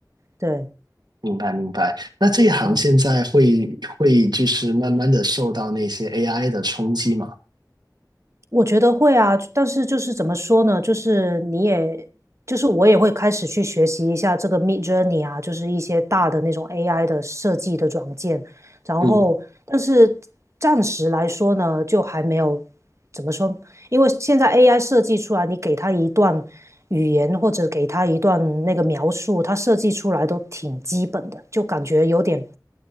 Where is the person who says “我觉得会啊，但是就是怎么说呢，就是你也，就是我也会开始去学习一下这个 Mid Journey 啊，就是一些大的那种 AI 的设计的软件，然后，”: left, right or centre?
Right